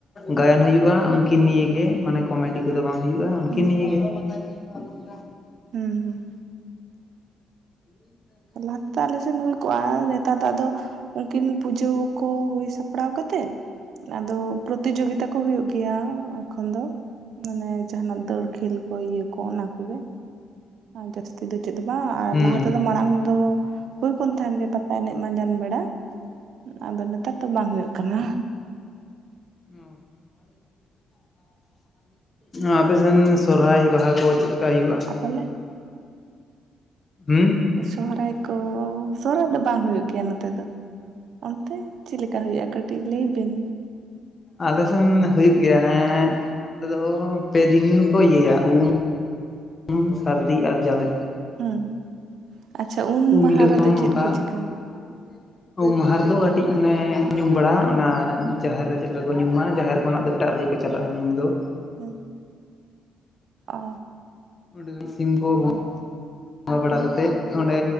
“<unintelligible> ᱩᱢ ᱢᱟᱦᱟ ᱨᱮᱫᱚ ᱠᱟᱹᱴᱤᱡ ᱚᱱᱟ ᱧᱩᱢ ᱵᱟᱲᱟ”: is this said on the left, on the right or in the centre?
Left